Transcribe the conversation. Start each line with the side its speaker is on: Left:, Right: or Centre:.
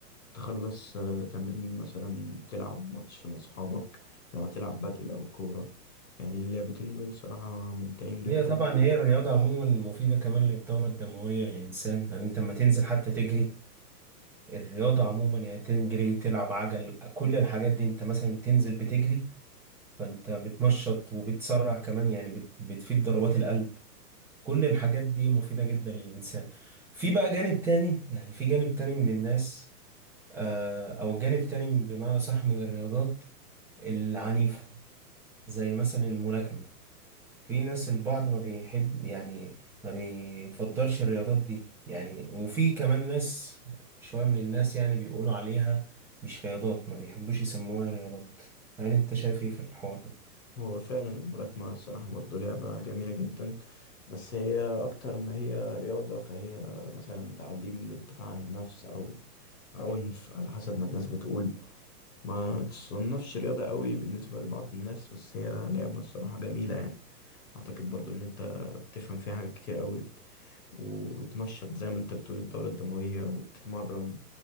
Left: تخلص آه، تمرين مثلا تلعب ماتش مع صحابك لو هتلعب بدل أو كورة يعني اللعبتين دول صراحة ممتعين جدا
Centre: هي طبعا هي الرياضة عموما مفيدة كمان للدورة الدموية للإنسان يعني أنت لما تنزل حتى تجري الرياضة عموما يعني تجري تلعب عجل كل الحاجات دي أنت مثلا تنزل بتجري فأنت بتنشط وبتسرع كمان يعني بت بتفيد ضربات القلب كل الحاجات دي مفيدة جدا للإنسان في بقى جانب تاني يعني في جانب تاني من الناس آه أو جانب تاني بمعنى صح من الرياضات العنيفة زي مثلا الملاكمة في ناس البعض ما بيحب يعني ما بيفضلش الرياضات دي يعني وفي كمان ناس شوية من الناس يعني بيقولوا عليها مش رياضات ما بيحبوش يسموها رياضات هل انت شايف ايه في الحوار ده
Left: هو فعلا الملاكمة الصراحة برضه لعبة جميلة جدا بس هي أكتر ما هي رياضة فهي مثلا تعليم للدفاع عن النفس أو عنف على حسب ما الناس بتقول ما تصنفش رياضة قوي بالنسبة لبعض الناس بس هي لعبة الصراحة جميلة يعني أعتقد برضه إن أنت بتفهم فيها حاجات كتير قوي وبتنشط زي ما أنت بتقول الدورة الدموية وبتتمرن